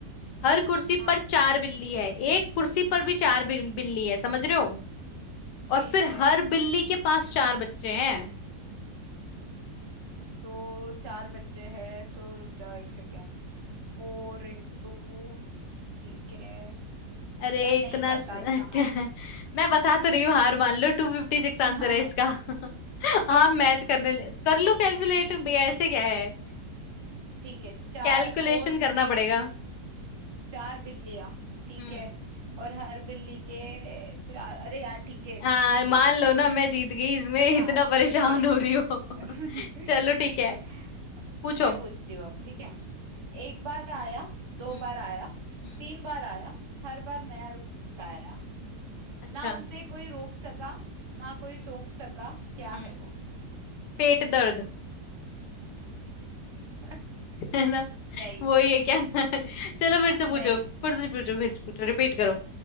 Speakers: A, on the left (about 80°); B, on the right (about 30°).
A: हर कुर्सी पर
B: हाँ
A: चार बिल्ली है एक कुर्सी पर भी चार बिल, बिल्ली है समझ रहे हो और
B: ठीक
A: फिर
B: है
A: हर बिल्ली के पास चार बच्चे हैं
B: तो चार बच्चे हैं तो रुक जाओ एक सेकेंड Four into ठीक है
A: अरे
B: यार नहीं
A: इतना
B: पता
A: स... <laughs>
B: इतना मैक्स
A: मैं बता तो रही हूँ हार मान लो टू फिफ्टी सिक्स आंसर
B: <laughs>
A: है इसका <laughs> आप
B: कैसे
A: मैच करने ले कर लो कैलकुलेट भैया ऐसे क्या है
B: ठीक है चार
A: कैलकुलेशन
B: फोर
A: करना पड़ेगा
B: चार बिल्लियां ठीक
A: हम्म
B: है और हर बिल्ली के चार अरे यार ठीक है
A: हाँ
B: तुम जीती
A: मान लो ना
B: हाँ
A: मैं जीत गई इसमें
B: हाँ
A: इतना परेशान
B: ठीक है
A: हो रही हो
B: <laughs>
A: <laughs> चलो
B: ठीक
A: ठीक है
B: है
A: पूछो
B: मैं पूछती हूँ
A: हम्म
B: अब ठीक है एक बार आया दो
A: हम्म
B: बार आया
A: हम्म
B: तीन बार आया हर बार नया रूप लाया
A: अच्छा
B: ना उसे कोई रोक सका ना कोई टोक सका क्या
A: हम्म।
B: है वो
A: पेट दर्द
B: <laughs>
A: <laughs> है ना
B: नहीं
A: वही है क्या <laughs> चलो फिर से
B: नहीं
A: पूछो फिर से पूछो फिर से पूछो रिपीट करो